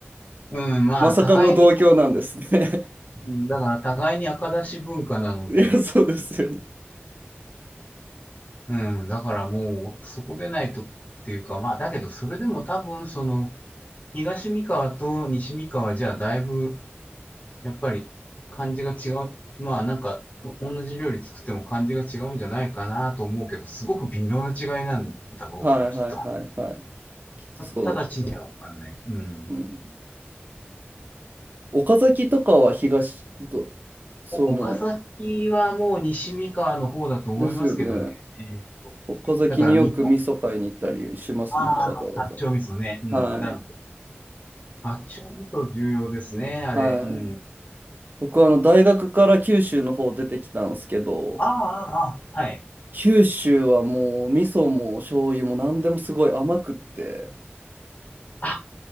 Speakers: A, on the left; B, on the right.
A: うん、まあ、
B: まさかの同郷なんですね。
A: 互いに、だから互いに赤出し文化なので、
B: <laughs> いや、そうですよね。
A: うん、だからもう、そこでないとっていうか、まあ、だけど、それでも多分、その、東三河と西三河じゃ、だいぶ、やっぱり、感じが違う。まあ、なんか、同じ料理作っても感じが違うんじゃないかなと思うけど、すごく微妙な違いなんだろうな、
B: はいはいはいはい
A: きっと。
B: きっとそうだと
A: た直ちにはわかんない。うん。
B: うん岡崎とかは東どその
A: お岡崎はもう西三河の方だと思いますけどね。
B: ですよね。
A: えーと
B: 岡崎によく味噌買いに行ったりしますもんね、
A: だから三河ああ、
B: わざわ
A: 八丁味噌ね。うん、
B: ざ。はい。
A: なるほど。八丁味噌重要ですね、あれ。
B: はい。
A: うん。
B: 僕はあの大学から九州の方出てきたんですけど、
A: ああ、ああ、ああはい。
B: 九州はもう味噌も醤油も何でもすごい甘くって、
A: あ、